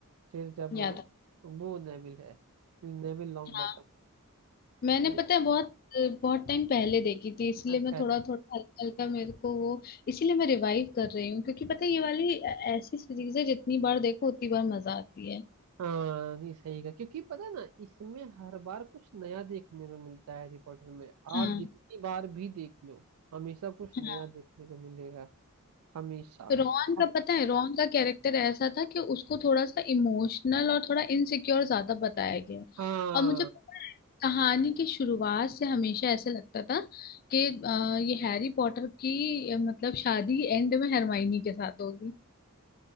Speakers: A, on the right; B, on the left.
A: फिर जब
B: याद
A: वो नेविल है नेविल लॉन्ग
B: आ
A: बॉटम
B: मैंने
A: अरे
B: पता है बहुत बहुत टाइम पहले देखी थी इसलिए
A: अच्छा
B: मैं
A: अच्छा
B: थोड़ा थोड़ा हल्का हल्का मेरे को वो इसीलिए मैं रिवाइव कर रही हूँ क्योंकि पता है ये वाली ऐ- ऐसी सीरीज है जितनी बार देखो उतनी बार मजा आती है
A: हाँ नहीं सही का क्योंकि पता है ना इसमें हर बार कुछ नया देखने को मिलता है हैरी पॉटर में
B: हाँ
A: आप जितनी बार भी देख लो हमेशा कुछ
B: हाँ
A: नया देखने को मिलेगा हमेशा
B: रोहन का
A: आप-
B: पता है रोहन का कैरेक्टर ऐसा था कि उसको थोड़ा सा इमोशनल और थोड़ा इनसिक्योर ज्यादा बताया गया है।
A: हाँ
B: और मुझे पता है कहानी की शुरुआत से हमेशा ऐसे लगता था कि अ, ये हैरी पॉटर की अ, मतलब शादी एंड में हरमाइनी के साथ होगी